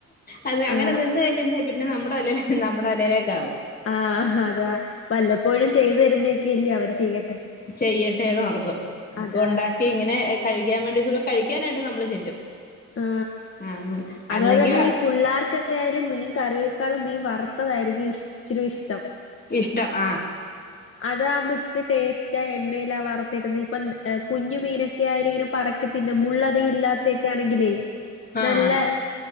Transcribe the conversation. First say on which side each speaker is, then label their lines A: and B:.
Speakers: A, on the left; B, on the left.
A: അതെ അങ്ങനെ
B: ആ
A: നിന്ന് കഴിഞ്ഞാ പിന്നെ നമ്മടെ തലേ നമ്മടെ തലേലെക്കാവും
B: ആ അതാ വല്ലപ്പോഴും ചെയ്തു തരുന്നക്കെല്ലേ അവര് ചെയ്യട്ടെ
A: ചെയ്യട്ടെന്നോർക്കും അപ്പൊ
B: അതാ
A: ഒണ്ടാക്കി ഇങ്ങനെ കഴിക്കാൻ വേണ്ടി കഴിക്കാനായിട്ട് നമ്മള് ചെല്ലും
B: ആ
A: ആഹ്
B: അതുപോലെത്തെന്നെ
A: അല്ലെങ്കിൽ
B: ഈ പുള്ളാർക്ക് ക്ക്യായാലും മീൻ കറിയേക്കാളും മീൻ വറുത്തതായിരിക്കും ഇഷ്‌ ച്ചിരിഷ്
A: ഇഷ്ടം ആ
B: അതാവുമ്പോ ഇച്ചിരി ടേസ്റ്റ എണ്ണയിലാ വർത്തിട്ന്നെ ഇപ്പ കുഞ്ഞു മീനൊക്ക്യായാലും ഇങ്ങനെ പർ മുള്ള് അതികം ഇല്ലാത്തൊക്കെ ആണെങ്കിലേ
A: ആഹ്
B: നല്ല